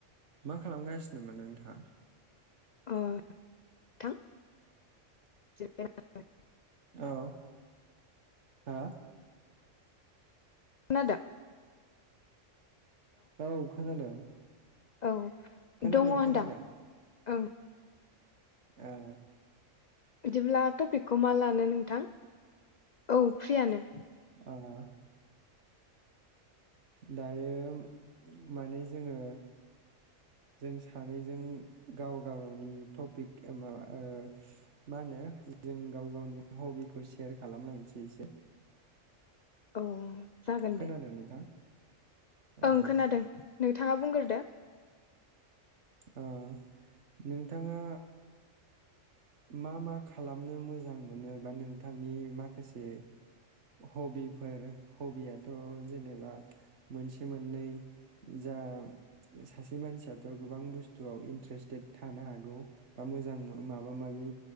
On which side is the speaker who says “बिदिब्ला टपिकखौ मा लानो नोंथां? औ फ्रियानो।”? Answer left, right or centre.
Left